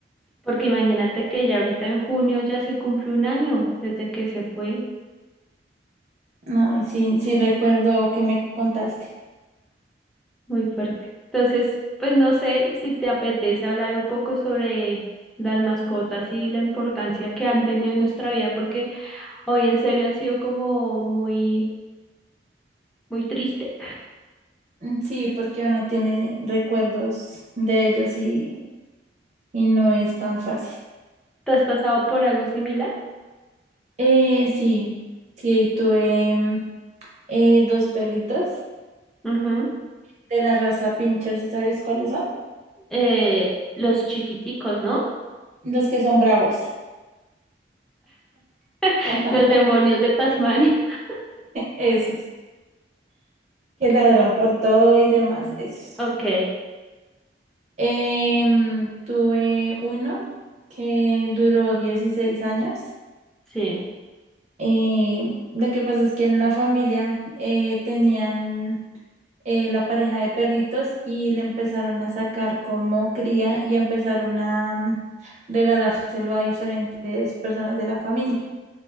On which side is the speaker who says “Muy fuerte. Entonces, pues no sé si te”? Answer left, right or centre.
Centre